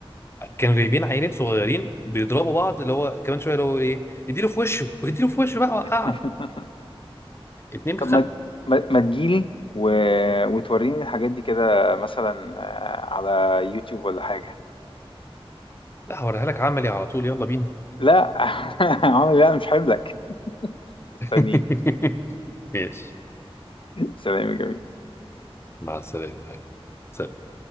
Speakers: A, on the left; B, on the left.
A: كانوا جايبين عيلين صغيرين بيضربوا بعض اللي هو كمان شويه اللي هو ايه اديله في وشه واديله في وشه بقى وقعه
B: <laughs>
A: اتنين بيتخانقوا
B: طب ما ما, ما تجيلي و... وتوريني الحاجات دي كده مثلا آه، على يوتيوب ولا حاجة
A: لا هوريها لك عملي على طول يلا بينا
B: لا <laughs> عمري لا مش هجيب لك استنيك
A: <laughs> ماشي
B: سلام يا جميل
A: مع السلامه يا حبيبي. سلام